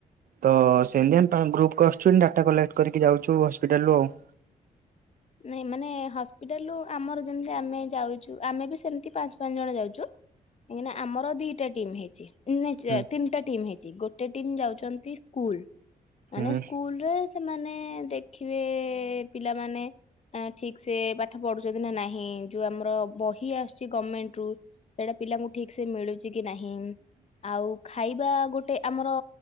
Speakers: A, on the right (about 60°); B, on the left (about 40°).
A: ତ ସେମିତି ଆମେ ଗ୍ରୁପ କ ଆସଛୁ ଡାଟା କଲେକ୍ଟ କରିକି ଯାଉଛୁ ହସ୍ପିଟାଲ୍ ରୁ ଆଉ।
B: ନାଇଁ ମାନେ ହସ୍ପିଟାଲରୁ ଆମର ଯେମିତି ଆମେ ଯାଉଛୁ ଆମେ ବି ସେମିତି ପାଞ୍ଚ ପାଞ୍ଚ ଜଣ ଯାଉଚୁ। କାହିଁକିନା ଆମର ଦିଟା ଟିମ୍ ହେଇଚି। ନାଇଁ ଚା
A: ହୁଁ
B: ତିନିଟା ଟିମ୍ ହେଇଛି ଗୋଟେ ଟିମ୍ ଯାଉଛନ୍ତି ସ୍କୁଲ ମାନେ
A: ହୁଁ।
B: ସ୍କୁଲରେ ସେମାନେ ଦେଖିବେ ପିଲାମାନେ ଠିସ୍‌ ସେ ବା ପାଠ ପଢୁଛନ୍ତି ନା ନାହିଁ ଯୋଉ ଆମର ବହି ଆସୁଛି ଗଭର୍ଣମେଣ୍ଟ ରୁ। ସେଇଟା ପିଲାଙ୍କୁ ଠିକ୍ ସେ ମିଳୁଛି କି ନାହିଁ ଆଉ ଖାଇବା ଗୋଟେ ଆମର